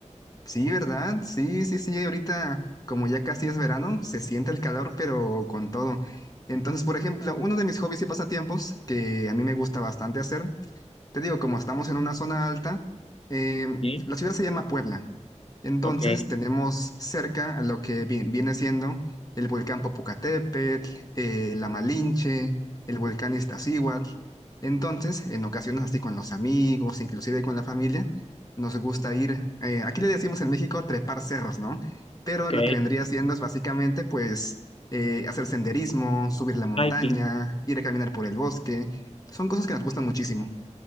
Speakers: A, on the left; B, on the left.
A: Sí, ¿verdad? Sí, sí, sí, ahorita como ya casi es verano, se siente el calor, pero con todo. Entonces, por ejemplo, uno de mis hobbies y pasatiempos que a mí me gusta bastante hacer, te digo, como estamos en una zona alta, eh,
B: Sí,
A: la ciudad se llama Puebla. Entonces
B: ok,
A: tenemos cerca a lo que vi- viene siendo el volcán Popocatépetl, eh, la Malinche, el volcán Iztaccíhuatl. Entonces, en ocasiones así con los amigos, inclusive con la familia, nos gusta ir, eh, aquí le decimos en México trepar cerros, ¿no? Pero
B: ok.
A: lo que vendría siendo es básicamente pues eh, hacer senderismo, subir la montaña,
B: Hiking.
A: ir a caminar por el bosque. Son cosas que nos gustan muchísimo.